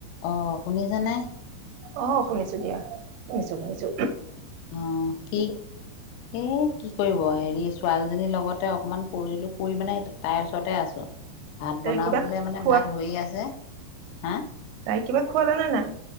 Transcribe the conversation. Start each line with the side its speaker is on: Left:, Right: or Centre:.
Left: অ শুনিছানে
Right: অ শুনিছোঁ দিয়া শুনিছোঁ শুনিছোঁ
Left: অ কি এ কি কৰিব হেৰি ছোৱালীজনীৰ লগতে অকমান পৰিলো পৰি মানে তাইৰ ওচৰতে আছোঁ ভাত বনাবলে
Right: এ কিবা
Left: মানে
Right: খোৱা
Left: ভাত হৈয়ে আছে। হা
Right: তাই কিবা খোৱালানে নাই